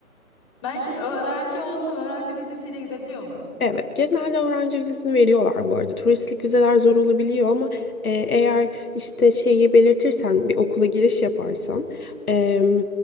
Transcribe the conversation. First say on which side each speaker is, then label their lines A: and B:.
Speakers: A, on the left; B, on the left.
A: ben şimdi öğrenci olsam öğrenci vizesiyle gidebiliyor
B: Evet, genelde öğrenci vizesini veriyorlar bu arada. Turistlik vizeler zor olabiliyor ama e, eğer işte şeyi belirtirsen, bir okula giriş yaparsan, e,